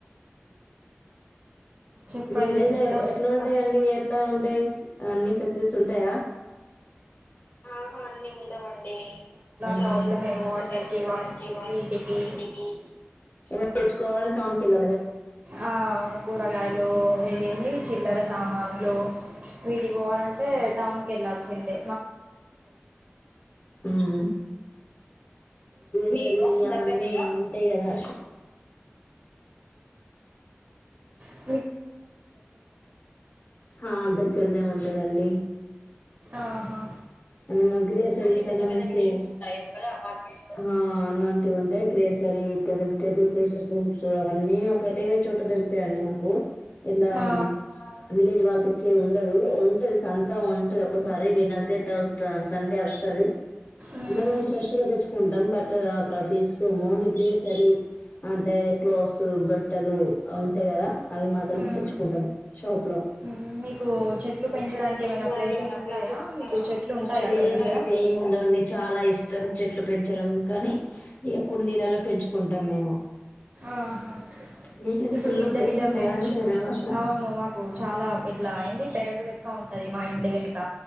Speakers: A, on the right; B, on the left.
A: చెప్పండి
B: మీ విలేజ్ లో
A: ఇంకా
B: ఎట్లా ఉంటాయంండి ఎట్లా ఉంటాయి అన్ని ఫెసిలిటీస్ ఉంటాయా ఆహా అన్ని ఉండవండి చాలా
A: ప్రాబ్లమే
B: ప్రాబ్లమ్
A: వాటర్కి
B: ఏ వాటర్
A: వా
B: కి
A: వీటికి
B: ఇకో టాన్ ఎవరు తెచ్చుకోవాలి టామ్ కింద
A: ఆ అవును కూరగాయ లూ ఇదెందీ చిల్లర సామాన్లు వీటికి పోవాలంటే టౌన్ కీ వెళ్లాల్సిందే
B: ఉమ్ మీకు దగ్గరనే నా
A: ఆ
B: ఆ దగ్గరనే ఉంటదండి
A: ఆహా
B: పెద్ద పెద్ద బిల్డింగ్స్ ఉంటాయి కదా అపార్ట్మెంట్స్ ఉంటాయి గ్రేసరీ ఇంకా వెజిటేబుల్స్ ఇంకా ఫ్రూట్స్ అవన్నీ ఒకటే చోట దొగుతాయిడి మాకు ఇలా
A: ఆ
B: విలేజ్ వాళ్ళ తెచ్చే ఉండదు ఉంటది సంతం ఉంటది ఒక సారీ వెనస్డే త సండే వస్తది
A: మ్మ్
B: మనము ఫ్రెష్గా తెచ్చుకుంటాం బట్ అక్కడ తీసుకోము గ్రేసరీ అంటే క్లోస్ బ బట్టలు ఉంటాయి కదా అవి మాత్రమే
A: మ్మ్
B: తెచ్చుకుంటాం షాప్ లో
A: మ్మ్ మీకు చెట్లు పెంచడానికి
B: చె పంచడానికి
A: ప్లేసెస్
B: ఏమైనా
A: ఉంటాయా
B: అస్సలు
A: మీకు చెట్లు ఉంటాయా అక్కడ
B: ఏం
A: దగ్గర
B: ఏం ఉన్నడవు అంది చాలా ఇష్టం చెట్లు పెంచడం పెంచడం కానీ ఇ కుండీలలో పెంచుకుంటాం మేము
A: ఆహా
B: మీకు
A: ఇప్పుడు
B: ఫుల్
A: మిద్ద
B: ప్లేస్
A: మీద
B: ఉంటాయి
A: పెంచు
B: కదండి పెరుగు అట్లా
A: అవును మాకు చాలా ఇట్లా ఏంటి పెరడు లెక్క ఉంటది మా ఇంటి వెనుక